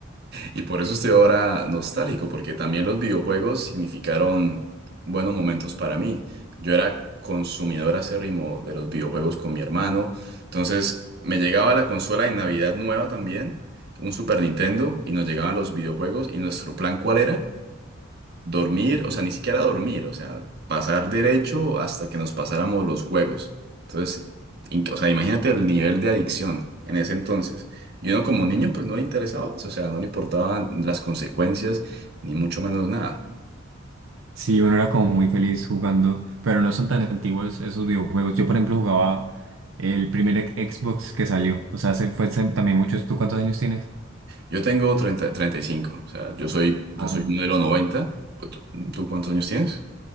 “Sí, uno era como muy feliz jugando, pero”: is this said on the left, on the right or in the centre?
Right